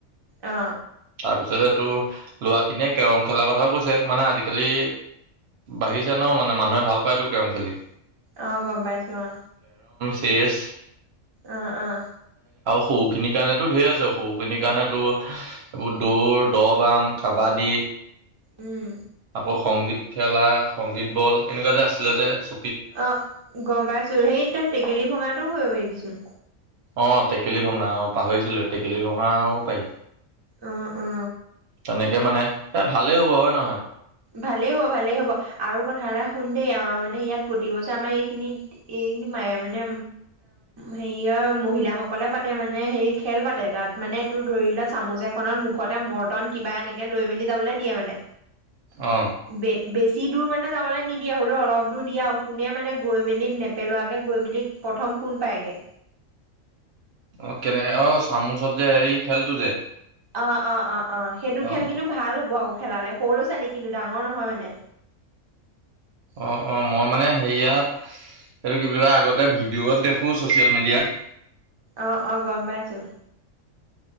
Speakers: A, on the right; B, on the right.
A: অ।
B: তাৰপিছতে তোৰ, লৰাখিনিয়ে কেৰম খেলাৰ কথাও কৈছে। মানে আজিকালি বাঢ়িছে ন মানে মানুহে ভাল পায় ত কেৰম খেলি।
A: অ, গম পাইছোঁ, অ।
B: তেজ
A: আহ আহ।
B: সৰু খিনিৰ কাৰণেতো ঢেৰ আছে, সৰুখিনিৰ কাৰণে তো এইবোৰ দৌৰ, দহ-বাম, কাবাডী,
A: উম।
B: আকৌ সংগীত খেলা সংগীত বল এনেকুৱা যে আছিলে যে, চ
A: অ, গম পাইছোঁ। সেইটো টেঙেলী ভঙাটো কৰিব পাৰিবিচোন।
B: অ, টেকেলি ভঙা অ, পাহৰিছিলোয়ে। টেকেলি ভঙাও পাৰি।
A: অ অ।
B: তেনেকে মানে, এ ভালেই হ'ব, হয় নহয়?
A: ভালেই হ'ব ভালেই হ'ব, আৰু কথা এটা হুন দেই অ, মানে ইয়াত প্ৰতি বছৰে আমাৰ এইখিনি এইখিনি ম মানে হেৰিয়ৰ মহিলাাসকলে পাতে মানে, হেৰি খেল পাতে তাত মানে তোৰ ধৰি লোৱা চামুচ এখনত মুখতে মৰ্তন কিবা এনেকে লৈ মেলি যাবলৈ দিয়ে মানে।
B: অ।
A: বে বেছি দূৰ মানে যাবলে নিদিয়ে। হ'লো অলপ দূৰ দিয়ে আও কোনে মানে গৈ মেলি, নেপেলোৱাকে গৈ মেলি প্ৰথম কোন পায়গে।
B: অ কেনেকে, অ চামুচত যে এই খেলটো যে।
A: অ অ অ। অ, সেইটো
B: অ
A: খেল কিন্তু ভাল হ'ব আকৌ। খেলালে, সৰু ল'ৰা ছোৱালী কিন্তু, ডাঙৰ নহয় মানে।
B: অ অ। মই মানে হেৰিয়াত, এইটো কি বুলি কয়, আগতে ভিডিঅ'ত দেখো ছচিয়েল মিডিয়াত।
A: অ অ, গম পাইছোঁ।